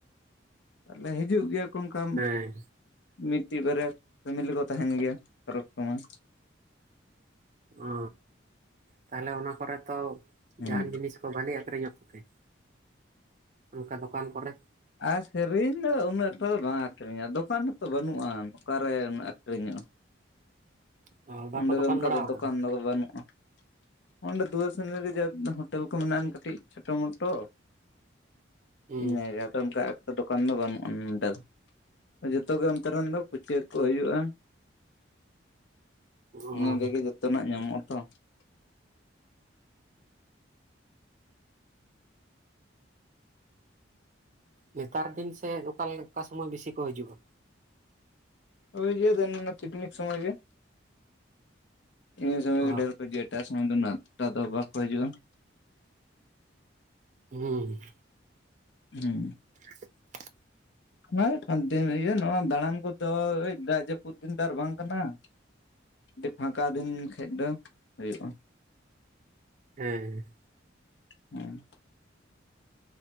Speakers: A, on the left (about 65°); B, on the right (about 40°).
A: ᱛᱟᱦᱚᱞᱮ ᱦᱤᱡᱩᱜ ᱜᱮᱭᱟ ᱠᱚ ᱚᱱᱠᱟ᱾
B: ᱦᱮᱸ
A: ᱢᱤᱫᱴᱤᱡ ᱵᱟᱨᱭᱟ ᱯᱷᱮᱢᱮᱞᱤ ᱠᱚ ᱛᱟᱦᱮᱱ ᱜᱮᱭᱟ ᱯᱚᱨᱚᱵ ᱥᱚᱢᱚᱭ᱾
B: ᱚ ᱛᱟᱦᱚᱞᱮ ᱚᱱᱟ ᱠᱚᱨᱮ ᱛᱚ
A: ᱦᱮᱸ
B: ᱡᱟᱦᱟᱱ ᱡᱤᱱᱤᱥ ᱠᱚ ᱵᱷᱟᱞᱮ ᱟᱠᱷᱨᱤᱧᱚᱜ ᱛᱟᱯᱮᱭᱟ᱾ ᱚᱱᱠᱟ ᱫᱚᱠᱟᱱ ᱠᱚᱨᱮ
A: ᱟᱹᱠᱷᱨᱤᱧ ᱫᱚ ᱩᱱᱟᱹᱜ ᱮᱠᱴᱟ ᱫᱚ ᱵᱟᱝ ᱟᱹᱠᱷᱨᱤᱧᱚᱜ-ᱟ, ᱫᱚᱠᱟᱱ ᱦᱚᱸᱛᱚ ᱵᱟᱹᱱᱩᱜᱼᱟ ᱚᱠᱟᱨᱮ ᱟᱹᱠᱷᱨᱤᱧᱚᱜᱼᱟ᱾
B: ᱵᱟᱠᱚ
A: ᱚᱸᱰᱮ
B: ᱫᱚᱠᱟᱱ
A: ᱫᱚ ᱚᱱᱠᱟ
B: ᱵᱟᱲᱟ
A: ᱫᱚ
B: ᱟᱠᱟᱫᱟ
A: ᱫᱚᱠᱟᱱ ᱫᱚ ᱵᱟᱹᱱᱩᱜᱼᱟ᱾ ᱚᱸᱰᱮ ᱫᱩᱣᱟᱹᱨᱥᱤᱱᱤ ᱨᱮ ᱡᱟ ᱦᱳᱴᱮᱞ ᱠᱚ ᱢᱮᱱᱟᱜ-ᱟ ᱠᱟᱹᱴᱤᱡ ᱪᱷᱳᱴᱳ ᱢᱚᱴᱳ ᱾
B: ᱦᱩᱸ
A: ᱤᱱᱟᱹᱜᱮ ᱟᱫᱚ ᱚᱱᱠᱟ ᱮᱠᱴᱟ ᱫᱚᱠᱟᱱ ᱫᱚ ᱵᱟᱱᱩᱜᱼᱟ ᱱᱚᱰᱮ ᱫᱚ ᱾ ᱡᱚᱛᱚ ᱜᱮ ᱚᱱᱛᱮ ᱨᱮᱱ ᱫᱚ ᱠᱩᱪᱟᱹ ᱠᱚ ᱦᱩᱭᱩᱜᱼᱟ ᱾
B: ᱚ
A: ᱚᱱᱰᱮ
B: <unintelligible>
A: ᱜᱮ ᱡᱚᱛᱚᱱᱟᱜ ᱧᱟᱢᱚᱜᱼᱟ ᱛᱚ ᱾
B: ᱱᱮᱛᱟᱨ ᱫᱤᱱ ᱥᱮ ᱚᱠᱟ ᱞᱮ <unintelligible> ᱚᱠᱟ ᱥᱚᱢᱚᱭ ᱵᱤᱥᱤ ᱠᱚ ᱦᱤᱡᱩᱜᱼᱟ?
A: <unintelligible> ᱯᱤᱠᱱᱤᱠ ᱥᱚᱢᱚᱭ ᱜᱮ ᱤᱱ ᱥᱚᱢᱚᱭ
B: ᱚ
A: ᱜᱮ ᱰᱷᱮᱨ ᱠᱚ ᱦᱤᱡᱩᱜ-ᱟ ᱾ ᱮᱴᱟᱜ ᱥᱚᱢᱚᱭ ᱫᱚ ᱩᱱᱟᱹᱜ ᱮᱠᱴᱟ ᱫᱚ ᱵᱟᱠᱚ ᱦᱤᱡᱩᱜᱼᱟ ᱾
B: ᱦᱩᱸ
A: ᱦᱩᱸ
B: <unintelligible>
A: ᱵᱟᱝ ᱱᱚᱣᱟ ᱫᱟᱲᱟᱱ ᱠᱚᱫᱚ ᱫᱟᱜ ᱡᱟᱹᱯᱩᱫ ᱫᱤᱱ ᱫᱚ ᱟᱨ ᱵᱟᱝ ᱠᱟᱱᱟ ᱾ <unintelligible> ᱯᱷᱟᱸᱠᱟ ᱫᱤᱱ ᱠᱷᱟᱡ ᱫᱚ ᱦᱳᱭᱳᱜᱼᱟ ᱾
B: ᱦᱮᱸ
A: ᱦᱩᱸ